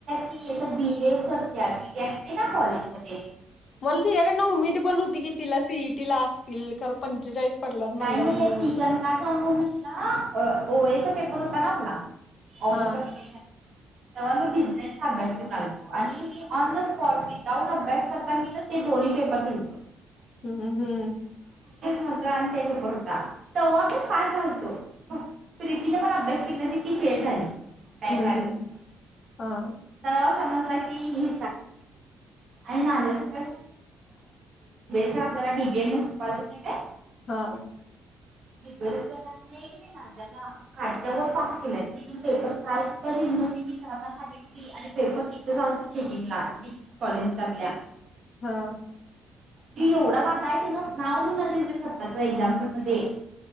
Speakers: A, on the right; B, on the left.
A: बिहेव्ह करते की ते असते ना कॉलेजमध्येध्ये
B: मला तिच्या्याकडनं उमेद पण होती की तिला सीईटीला अस तिल करं पंचेचाळीस पडल्यात म्हणल्यावर
A: काय नाहीय
B: मी म्हणलो
A: पिकन कासा अनभव म्हणजे याचा पेपर होता ना आपला फस
B: हा
A: तेव्हा मी बिझनेसचा अभ्यास कर लागतो आणि मी ऑन द स्पॉट विदाउट अभ्यास करता मी ते दोन्ही पेपर घेतचो
B: हम्म हम्म.
A: हो का? तेव्हा मी पा झातो तने पण अभ्यास केला ती फेल झाली बॅक
B: हम्म
A: लागली
B: हम्म
A: तिला.
B: हा.
A: तर समजला कीी आणियुबे सर आपल्याला डीबीएम ए
B: हा.
A: दि सरां ना ज काद्या व पास केलाय तिथून पेपर का मी सना सांगितली आणि पेपर तिथं जालत चेकिंगला कॉलेज आपल्या
B: हा.
A: ती एवढा वाधा आहे ते न नाव स्वतःचा एक्झामपल मध्ये